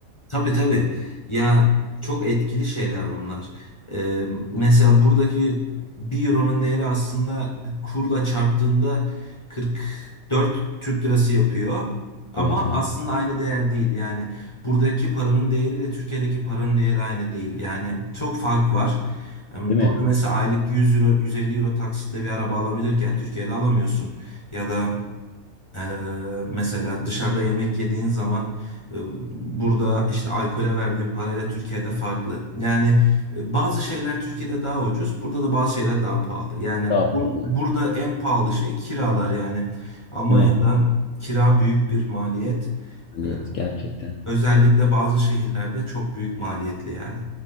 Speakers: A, on the left; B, on the left.
A: Tabii tabii. Ya çok etkili şeyler bunlar. Ee, mesela buradaki bir euronun değeri aslında kurla çarptığında 44 Türk lirası yapıyor. Ama
B: Evet mi?
A: aslında aynı değer değil. Yani buradaki paranın değeriyle Türkiye'deki paranın değeri aynı değil. Yani çok fark var. Ee,
B: Değil
A: Burada
B: mi?
A: mesela aylık 100 euro, 150 euro taksitle bir araba alabilirken Türkiye'de alamıyorsun. Ya da ee, mesela dışarıda yemek yediğin zaman e, burada işte alkole verdiğin parayla Türkiye'de farklı. Yani e, bazı şeyler Türkiye'de daha ucuz, burada da bazı şeyler daha pahalı. Yani
B: Daha pahalı.
A: bu- burada en pahalı şey kiralar yani. Almanya'da
B: Değil mi?
A: kira büyük bir maliyet.
B: Maliyet
A: Ee,
B: gerçekten.
A: özellikle bazı şehirlerde çok büyük maliyetli yani.